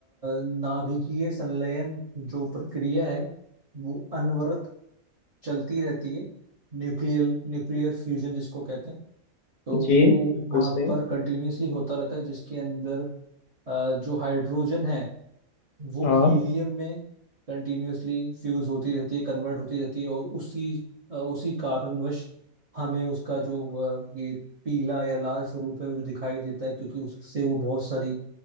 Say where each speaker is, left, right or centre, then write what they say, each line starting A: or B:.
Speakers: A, on the right; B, on the left.
A: नाभिकीय संलयन जो प्रक्रिया है वो अनवरत चलती रहती है न्यूक्लियर न्यूक्लियर फ्यूजन जिसको कहते हैं तो वो
B: जी बिल्कुल
A: वहाँ
B: सही
A: पर कंटिन्यूसली होता रहता है जिसके अंदर अ, जो हाइड्रोजन है वो
B: हाँ
A: हीलियम में कंटिन्यूसली फ्यूज होती रहती है कन्वर्ट होती रहती है और उसी अ, उसी कारणवश हमें उसका जो अ, ये पीला या लाल स्वरूप है वो दिखाई देता है क्योंकि उससे वो बहुत सारी